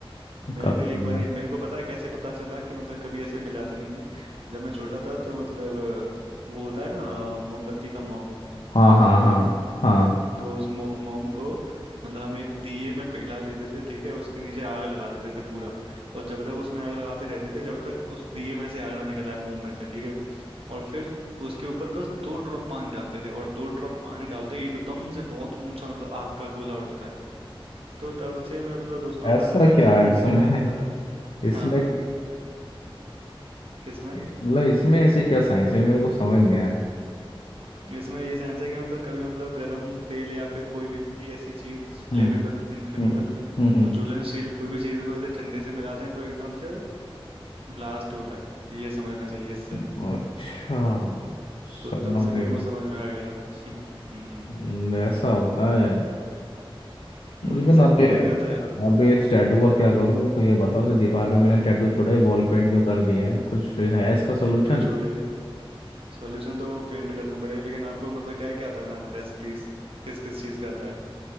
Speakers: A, on the right; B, on the left.
A: मैंने
B: कभी नहीं
A: एक बारी
B: ना
A: मेरे को पता है कैसे पता चला कि मतलब कभी ऐसे मिलाते नहीं है जब मैं छोटा था तो मतलब अ, वो होता है ना अ, मोमबत्ती का मोम
B: हाँ हाँ
A: ठीक
B: हाँ
A: है ना
B: हाँ
A: तो उस मो, मोम को मतलब हम एक दिए में पिघला लेते थे ठीक है उसके नीचे आग लगा देते थे पूरा और जब तक उसमें आग लगाते रहते थे जब तक उस दिए में से आग ना निकल आए मोम में से ठीक है और फिर उसके ऊपर बस दो ड्रॉप पानी डालते थे और दो ड्रॉप पानी डालते ही एकदम से बहुत ऊंचा मतलब आग का गोला उठता है तो तब से मैं मतलब दोस्तों
B: ऐसा
A: के साथ ऐसा एक्सपेरिमेंट
B: क्या है इसमें
A: करता रहता
B: <laughs>
A: था
B: इसमें
A: हाँ हाँ।
B: क-
A: किसमें
B: मतलब इसमें ऐसे क्या साइंस है मेरे को समझ नहीं आया
A: इसमें ये साइंस है कि मतलब कभी मतलब गरम तेल या फिर कोई भी भी ऐसी चीज
B: हम्म
A: फ्लेमेबल इनफ्लेमेबल
B: हम्म हम्म
A: ज्वलनशील कोई भी चीज को ऐसे ठंडे से मिलाते हैं तो एकदम से ब्लास्ट होता है ये समझना चाहिए इससे
B: हम्म। अच्छा समझ
A: तो तब से मेरे
B: गए
A: को समझ में आ गया हम्म
B: हम्म, ऐसा होता है
A: हम्म
B: लेकिन
A: वैसे आपको
B: अब ये
A: क्या क्या आता है
B: अब इस टैटू का क्या करूँ मेरे को ये बताओ जो दीवार पे मैंने टैटू छोड़ा है वॉल पेंट जो कर दिया है कुछ है इसका सोल्यूशन
A: टैटू छोड़िए सॉल्यूशन तो पेंट करना पड़ेगा लेकिन आपको मतलब क्या क्या आता है बनाना रेसिपीज किस किस चीज का आता है